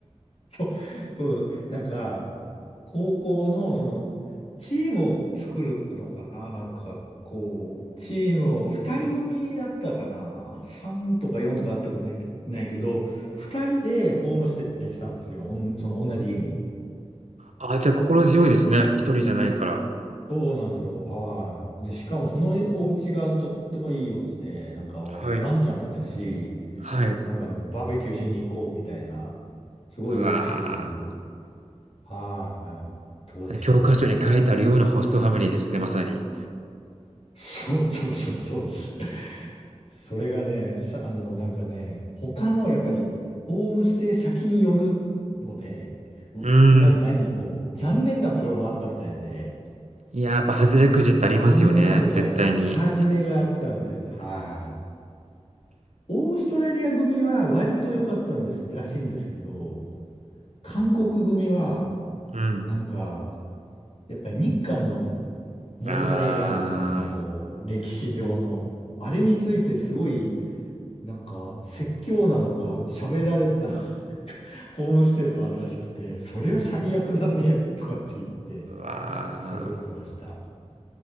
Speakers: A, on the left; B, on the right.
A: そう、そう、なんか、高校の、その、チームを作るのかななんか、こう、チームを2人組だったかな ?3 とか4とかあったかもしれないけど、2人でホームステイしたんですよ。おんその同じ家に。
B: あ、じゃあ心強いですね。一人じゃないから。
A: そうなんですよ。はい。で、しかもそのお家がとってもいいお家で、なんかワンちゃんもいたし、
B: はい。はい。
A: なんかもうバーベキューしに行こうみたいな、すごいよくしてくれる、
B: うわ
A: はい、とこでしたね。
B: ー、教科書に書いてあるようなホストファミリーですね、まさに。
A: そうそうそう、そうです。それがね、さ、あの、なんかね、他のやっぱりホームステイ先によるので、うな、
B: うーん。
A: 何、こう、残念なところもあったみたいで、
B: いや、やっぱ外れくじってありますよね、
A: 残念なところは、
B: 絶対に。
A: そう、外れがあったみたいです。はい。オーストラリア組は割と良かったんです、らしいんですけど、韓国組は、
B: うん。
A: なんか、やっぱり日韓の問題があるじゃないですか、
B: あ
A: こう、歴史上の。あれについてすごい、なんか、説教なのか、喋られたのか <laughs> ホームステイとかあるらしくて、それは最悪だね、とかって言って
B: あ、うわ
A: 喋ってました。